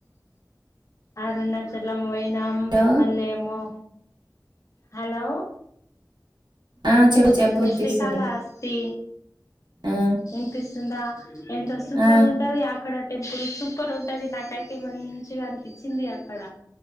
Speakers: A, on the left; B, on the right.
A: అరుణచలం పోయినాం
B: హలో
A: మళ్ళ ఏమో హలో
B: ఆ చెప్పు చెప్పు
A: హలో
B: వినిపిస్తుంది
A: శ్రీకాళ అస్తి
B: ఆ
A: ఇనిపిస్తుందా ఎంత సూపర్
B: ఆ
A: ఉంటది అక్కడ టెంపుల్స్ సూపర్ ఉంటది నాకైతే మంచిగా అనిపించింది అక్కడ